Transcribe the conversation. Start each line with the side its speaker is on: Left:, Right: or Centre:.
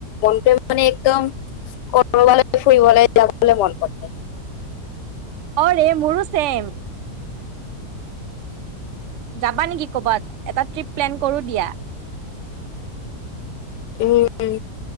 Left: মনটো মানে একদম কৰবালৈ ফুৰিবলৈ যাবলৈ মন কৰে।
Right: অ'ৰে মোৰো চেইম। যাবা নেকি ক'বাত এটা ট্ৰিপ প্লেন কৰো দিয়া।
Left: উম,